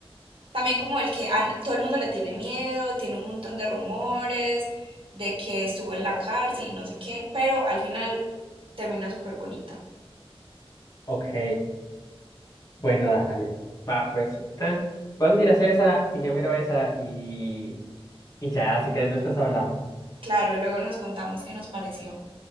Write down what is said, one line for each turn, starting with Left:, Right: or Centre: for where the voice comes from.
Right: también como el que a na- todo el mundo le tiene miedo, tiene un montón de rumores de que estuvo en la cárcel y no sé qué, pero al final termina súper bonita.
Left: Ok. Bueno, dale. Va, pues. Entonces, vos miras esa y yo miro esa y, y ya, si querés después hablamos.
Right: Claro, y luego nos contamos qué nos pareció.